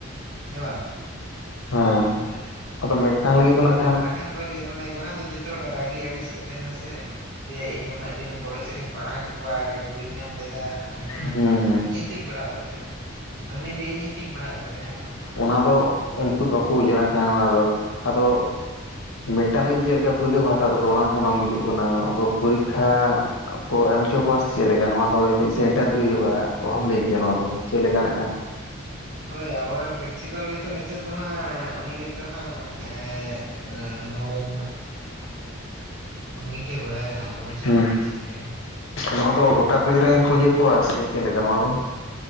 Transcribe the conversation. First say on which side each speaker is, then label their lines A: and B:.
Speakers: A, on the right; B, on the left.
A: ᱦᱮᱸ ᱵᱟᱝ?
B: ᱦᱮᱸ ᱟᱫᱚ ᱢᱤᱫᱴᱟᱝ ᱞᱟᱹᱜᱤᱫ ᱫᱚ ᱱᱟ
A: ᱛᱚᱵᱮ ᱠᱷᱟᱱ ᱵᱷᱟᱹᱜᱮ ᱮᱢᱚᱱ ᱮᱵᱚᱦᱟᱱ ᱡᱚᱛᱚ ᱦᱚᱲᱟᱜ ᱨᱟᱹᱜᱤ ᱟᱹᱲᱤᱥ ᱠᱟᱛ ᱛᱮᱦᱮᱱᱟ ᱥᱮ ᱮᱭᱟᱹ ᱤᱧ ᱩᱱᱟᱹᱜ ᱫᱤᱱ ᱠᱚᱞᱮᱡ ᱨᱤᱧ ᱯᱟᱲᱦᱟᱣ ᱮᱫ ᱠᱚᱣᱟ ᱟᱨ ᱤᱧ ᱵᱟᱹᱧ ᱧᱟᱢ ᱞᱮᱫᱟ᱾ ᱟᱢᱮᱢ
B: ᱦᱩᱸ
A: ᱧᱟᱢ ᱠᱮᱫᱟ
B: ᱦᱩᱸ
A: ᱤᱧ ᱦᱚᱛᱚᱧ ᱯᱟᱲᱦᱟᱣᱮᱜ ᱠᱚ ᱛᱟᱦᱮᱸᱼᱟ ᱩᱱᱤᱭ ᱞᱟᱹᱭᱟ ᱤᱧ ᱦᱚᱛᱚᱧ ᱯᱟᱲᱦᱟᱜᱮᱜ ᱠᱚ ᱛᱟᱦᱮᱸᱜᱼᱟ᱾ ᱦᱮ ᱵᱟᱝ?
B: ᱚᱱᱟ ᱫᱚ ᱩᱱᱠᱩ ᱫᱚ ᱵᱟᱠᱚ ᱵᱩᱡᱟᱹᱨᱟ ᱛᱟᱦᱮᱱ ᱚᱱᱟ ᱫᱚ ᱟᱫᱚ ᱢᱤᱫᱴᱟᱝ ᱞᱟᱹᱜᱤᱫ ᱛᱮ ᱪᱮᱫ ᱞᱮᱠᱟ ᱯᱚᱨᱤᱠᱠᱷᱟ ᱠᱚ ᱦᱟᱛᱟᱣ ᱛᱟᱠᱚᱣᱟ ᱚᱱᱟ ᱞᱮᱠᱟᱱ ᱵᱟᱝ ᱵᱩᱡᱩᱜ ᱠᱟᱱᱟ ᱯᱚᱨᱤᱠᱠᱷᱟ ᱠᱚ ᱮᱢ ᱦᱚᱪᱚ ᱠᱚᱣᱟ ᱥᱮ ᱪᱮᱫ ᱞᱮᱠᱟ ᱱᱚᱣᱟ ᱫᱚ ᱤᱱᱤᱡ ᱥᱮᱱᱴᱟᱨ ᱜᱤ ᱦᱩᱭᱩᱜᱼᱟ ᱚᱦᱚᱢ ᱞᱟᱹᱭ ᱠᱮᱭᱟ ᱱᱚᱣᱟ ᱫᱚ ᱪᱮᱫ ᱞᱮᱠᱟ ᱱᱟᱜ ᱠᱷᱟᱱ᱾ <inaudible>
A: ᱦᱳᱭ ᱟᱵᱟᱨᱮᱱ ᱯᱨᱤᱱᱥᱤᱯᱟᱞ ᱜᱮᱛᱚ ᱱᱤᱛᱳ ᱫᱚᱭ ᱛᱚ ᱦᱟᱸᱜ ᱩᱱᱤ ᱜᱮᱛᱚ ᱦᱟᱸᱜ ᱮᱜᱻ ᱱᱚᱣᱟ ᱨᱮᱱ ᱩᱱᱤᱛᱚᱭ ᱵᱟᱲᱟᱭᱟ ᱟᱵᱩ ᱪᱮᱫ
B: ᱦᱩᱸ
A: ᱞᱮᱠᱟ ᱪᱤᱠᱟᱹᱭᱟ?
B: ᱱᱚᱣᱟ ᱫᱚ ᱜᱳᱴᱟ ᱠᱚᱞᱮᱡᱽ ᱨᱮᱱ ᱜᱤᱞᱚ ᱤᱭᱟᱹ ᱠᱚᱣᱟ ᱥᱮ ᱪᱮᱫ ᱞᱮᱠᱟ ᱱᱚᱣᱟ ᱫᱚ?